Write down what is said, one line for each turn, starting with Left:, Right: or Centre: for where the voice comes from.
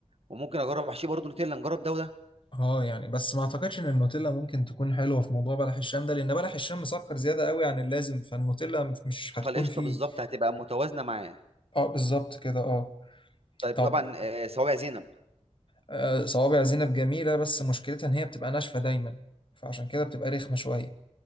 Right: وممكن اجرب حشي برضه نوتيلا نجرب ده وده
Left: اه يعني بس ما اعتقدش ان النوتيلا ممكن تكون حلوه في موضوع بلح الشام ده لان بلح الشام مسكر زياده قوي عن اللازم فالنوتيلا مش مش هتكون
Right: فالقشطه
Left: فيه
Right: بالظبط هتبقى متوازنه معاه
Left: اه بالظبط كده اه
Right: طيب
Left: طب
Right: طبعا آه، صوابع زينب
Left: آه صوابع زينب جميله بس مشكلتها ان هي بتبقى ناشفه دايما فعشان كده بتبقى رخمه شويه